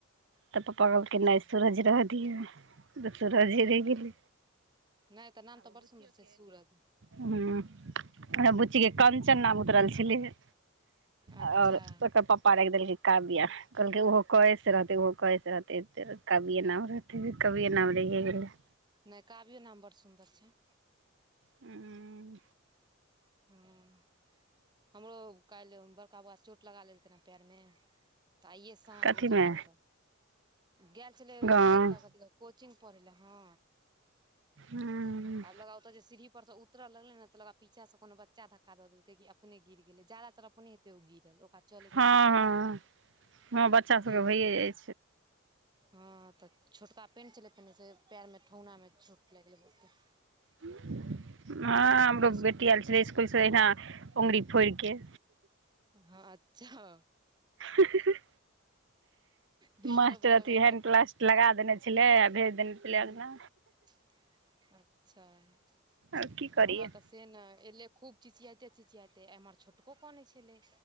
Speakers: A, on the right; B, on the right.
A: त पप्पा कहलकै
B: अच्छा
A: नै सूरज रह दिऔ त सूरजे रहि गेलै।
B: नै त नाम त बड़ सुन्दर छै सूरज।
A: हुं बुच्ची के कंचन नाम उतरल छलैअ।
B: अच्छा
A: आओर ओकर पापा राखि देलकै काव्या कहलक ओहो। कए से रहतै ओहो कए से रहतै एत र कविए नाम रहतै कवीए नाम रहिेए गेलै।
B: नै कावियो नाम बड़ सुन्दर छै।
A: हुं।
B: हँ। हमरो कालि बड़का बौआ चोट लगा लेलकै ने पैर मे त आइए सं। साँझ
A: कथीमे
B: मे जेबै ओत गैल छलै ओ
A: गाँव
B: ओत कथी दन कोचिंग पढ़ै लेए हँ।
A: हँ
B: <unintelligible> ओत जे सीढ़ी पर सं उतर लगलै ने त लगा पीछा से कोनो बच्चा धक्का देलकै कि अपने गिर गेलै जादातर अपने। त ओ गिरल ओकरा चलै
A: हँ
B: के ढंग नै छै
A: हँ बच्चा
B: त
A: सभके
B: गिर गेलै
A: भइए
B: होतै।
A: जाइ
B: हँ त छोटका पैंट छलै पेरहने से पैरमे ठेहुना मे चोट लागि गेलै बहुते। <inaudible>
A: हं हमरो
B: तऽ
A: बेटी आएल छलै स्कुलसे अहिना अंगुरी फोरिके।
B: हँ अच्छा।
A: हं हं हं
B: धिया
A: मास्टर
B: पुता
A: अथी
B: बड़
A: हैंड प्लास्ट लगा देने। छलै आ भेज देने। छलै
B: हुं
A: अङ्गना
B: अच्छा आ
A: आब की करियै
B: हमरा त। से नै एलै खूब चिचियाइते चिचियाइते एम्हर छोटको कनै छलै।